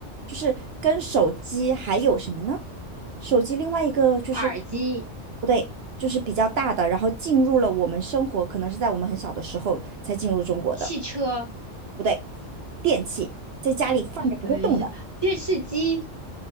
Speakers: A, on the right (about 65°); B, on the right (about 40°).
A: 就是跟手机还有什么呢？手机另外一个就是
B: 耳机、
A: 不对，就是比较大的，然后进入了我们生活，可能是在我们很小的时候才进入中国的。
B: 汽车，
A: 不对，电器在家里放着不会动的。
B: 等一下，电视机，